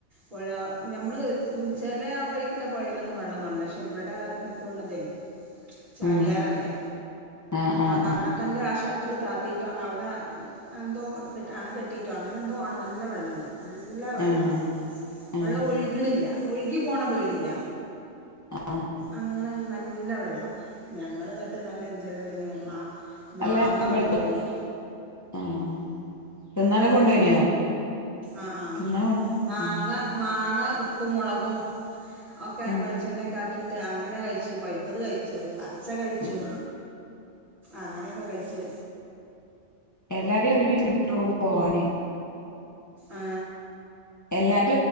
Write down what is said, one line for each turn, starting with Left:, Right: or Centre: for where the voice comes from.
Right: പൊഴ ഞമ്മള് ചെല വയ് ചെല പോഴലൊന്നും വെള്ളം കാണില്ല പക്ഷെ ഇവിടെ എനിക്കൊണ്ണതേ ചാലിയാറല്ലേ
Left: ഉം ആഹ് ആഹ്
Right: ആ കവണക്കല്ലേ ആ ഷട്ടറ് താത്തിയിട്ട അവിടെ എന്തോ കെ അണ കെട്ടിട്ടോ അങ്ങനെ എന്തോ ആണ് നല്ല വെള്ളണ്ട്. നല്ല വെള്ളം
Left: ആഹ് ആഹ്
Right: വെള്ളം ഒഴുകണില്ല. ഒഴുകി പോണ പേ ടില്ല.
Left: ആഹ്
Right: അങ്ങനെ നല്ല വെള്ളം ഞങ്ങൾ എന്നിട്ട് നല്ല എൻജോയ്മെന്റ് മാ മാങ്ങ
Left: അല്ല
Right: കൊണ്ടു
Left: വെ
Right: പോയി
Left: ആഹ് തിന്നാനൊക്കെ
Right: വെള്ളത്തില്
Left: കൊണ്ടോയിനോ
Right: ആഹ് ആഹ്
Left: തിന്നാൻ കൊ
Right: മാങ്ങ
Left: ഉം
Right: മാങ്ങ ഉ പ്പും മുളകും ഒക്കെ
Left: ഉം
Right: വെളിച്ചെണ്ണേക്കാ ക്കിട്ട് അങ്ങനെ കഴിച്ച് പഴ്ത്തത് കഴിച് ബാ പച്ച കഴിച്ചു
Left: ഉം
Right: അങ്ങനെയൊക്കെ കഴിച്ചു.
Left: എല്ലാരയും ഒരുമിച്ച് കിട്ടോ പോവാന്?
Right: ആ
Left: എല്ലാ